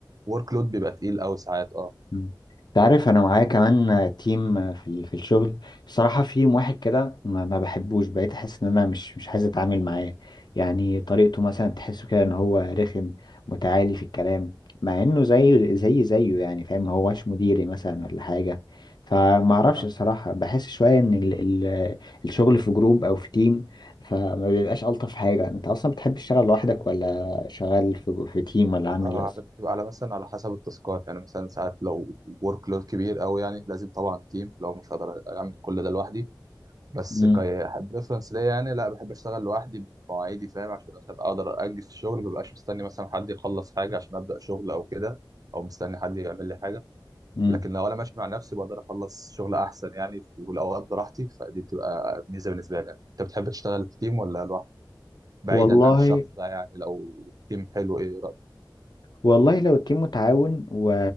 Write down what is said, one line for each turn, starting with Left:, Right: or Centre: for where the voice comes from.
Right: الورك لود بيبقى تقيل قوي ساعات اه
Left: مم. انت عارف انا معايا كمان تيم في ال- في الشغل الصراحه في واحد كده ما, ما بحبوش بقيت احس ان انا مش مش عايز اتعامل معاه يعني طريقته مثلا تحسه كده ان هو رخم متعالي في الكلام مع انه زيه زي زيه يعني فاهم ما هوش مديري مثلا ولا حاجه فما اعرفش
Right: اه
Left: الصراحه بحس شويه ان ال ال الشغل في جروب او في تيم فما بيبقاش الطف حاجه انت اصلا بتحب تشتغل لوحدك ولا شغال في في تيم ولا عامل
Right: آه،
Left: ايه اصلا
Right: بتبقى على مثلا على حسب التاسكات يعني مثلا ساعات لو ورك لود كبير قوي يعني لازم طبعا تيم لو مش هقدر اعمل كل ده لوحدي بس
Left: امم
Right: كريفرنس ليا يعني لا بحب اشتغل لوحدي بمواعيدي فاهم عشان مثلا اقدر انجز في الشغل مبقاش مستني مثلا حد يخلص حاجه عشان ابدا شغل او كده او مستني حد يعمل لي حاجه
Left: امم
Right: لكن لو انا ماشي مع نفسي بقدر اخلص شغل احسن يعني في الاوقات براحتي فدي بتبقى ميزه بالنسبه لي يعني. انت بتحب تشتغل في تيم ولا لوحدك بعيدا
Left: والله
Right: عن الشخص ده يعني لو تيم حلو ايه رأيك
Left: والله لو التيم متعاون و...